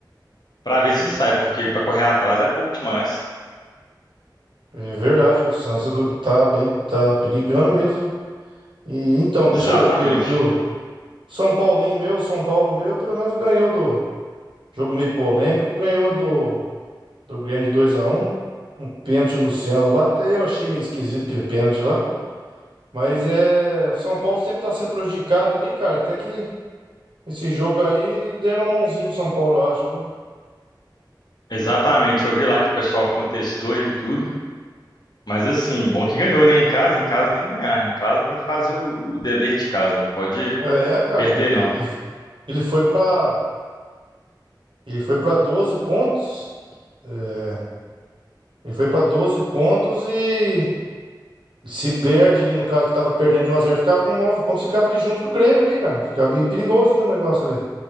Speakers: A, on the left; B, on the right.
A: para ver se sai, porque para correr atrás é pouco demais.
B: É verdade, o Santos tá bem, tá perigando mesmo. E então, deixa
A: Exatamente.
B: eu. E o e o São Paulinho meu, São Paulo meu, pelo menos ganhou do. Jogo meio polêmico, ganhou do, do Grêmio de 2x1. Um Um pênalti no Luciano lá. Até eu achei meio esquisito aquele pênalti lá. Mas é. O São Paulo sempre tá sendo prejudicado ali, cara. Até que Esse jogo aí deram a mãozinha pro São Paulo, eu acho, viu?
A: Exatamente. Eu vi lá que o pessoal contestou e tudo. Mas assim, bom que ganhou, né? Em casa, em casa tem que ganhar. Em casa tem que fazer o o dever de casa, não pode
B: É, cara,
A: perder,
B: e- e-
A: não.
B: e ele foi pra. ele foi para 12 pontos. é, Ele foi pra 12 pontos e, e se perde ali no caso que tava perdendo de um a zero, ficava com 9 pontos, ficava ali junto com o Grêmio ali, cara. Ficava meio perigoso no negócio ali.